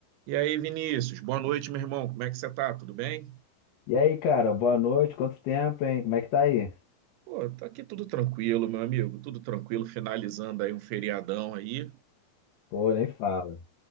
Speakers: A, on the right; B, on the left.
A: E aí, Vinícius, boa noite, meu irmão. Como é que você tá? Tudo bem?
B: E aí, cara, boa noite. Quanto tempo, hein? Como é que tá aí?
A: Pô, tá aqui tudo tranquilo, meu amigo. Tudo tranquilo, finalizando aí um feriadão aí
B: Pô, nem fala.